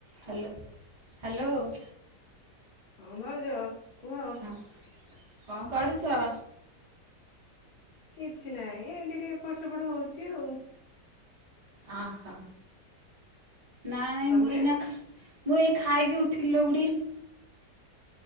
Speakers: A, on the right; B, on the left.
A: Hello hello.
B: ହଁ ଭାଉଜ। କୁହ
A: ହଁ କଣ କରୁଛ?
B: କିଛି ନାହିଁ ଏଠି ଟିକେ ଏପଟ ସେପଟ ହଉଛି ଆଉ।
A: ଆ ହ ନାଇଁ
B: ତମେ
A: ମୁଁ ଏଇନା ଖା ମୁଁ ଏଇ ଖାଇକି ଉଠିଲି ଲୋ <unintelligible>